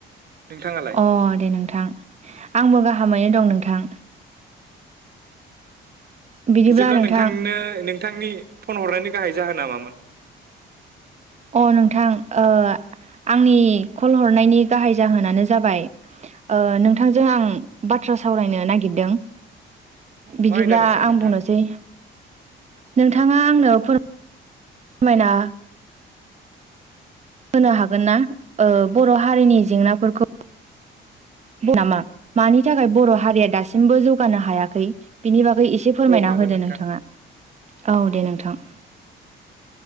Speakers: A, on the right (about 50°); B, on the right (about 35°).
A: नोंथाङालाय
B: अ दे नोंथां आंबो गाहामैनो दं नोंथां। बिदिब्ला
A: जेब्ला
B: नोंथां
A: नोंथांनो नों थांनि फन हरनायनि गाहाय जाहोना मामोन?
B: अ नोंथां ओ आंनि कल हरनायनि गाहाय जाहोनानो जाबाय ओ नोंथांजों आं बाथ्रा सावरायनो नागिरदों। बिदिब्ला
A: मा आयदानि सायाव
B: आं
A: नोंथां
B: बुंनोसै नोंथांङा आंनो फोरमायना होनो हागोन ना ओ बर' हारिनि जेंनाफोरखौ? नामा मानि थाखाय बर' हारिया दासिमबो जौगानो हायाखै बिनि बा गै इसे फोरमायना
A: औ हागोन
B: होदो
A: नोंथां
B: नोंथाङा औ दे नोंथां।